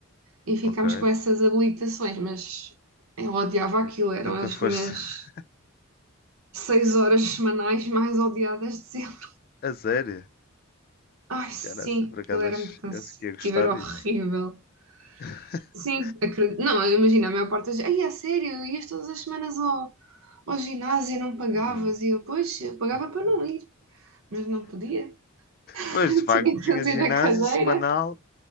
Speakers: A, on the right (about 75°); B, on the left (about 45°).
A: e ficámos
B: Ok.
A: com essas habilitações, mas eu odiava
B: N-
A: aquilo, eram
B: Nunca
A: as
B: foste.
A: minhas
B: <laughs>
A: seis horas semanais mais odiadas de sempre.
B: A sério?
A: Ai, sim,
B: Cara, assim, por acaso
A: aquilo era
B: acho,
A: muito cansativo,
B: eu acho que ia gostar
A: era
B: disso.
A: horrível.
B: <laughs>
A: Sim, acredito. Não, imagina, a maior parte das. Ai, é sério, ias todas as semanas ao, Ao ginásio não pagavas
B: Hum.
A: e eu, pois, eu pagava para não ir, mas não podia.
B: Pois,
A: <laughs>
B: de facto,
A: Tinha que
B: tinha
A: fazer
B: ginásio
A: a cadeira.
B: semanal.